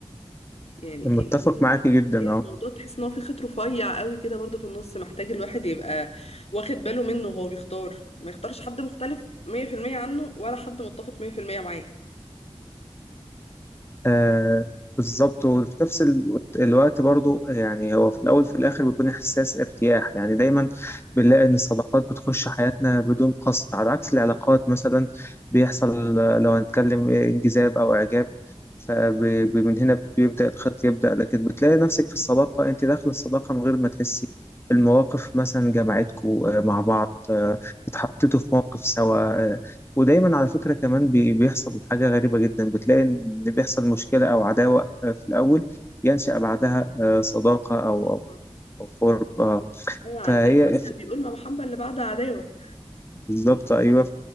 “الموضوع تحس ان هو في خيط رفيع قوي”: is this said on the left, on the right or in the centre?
Left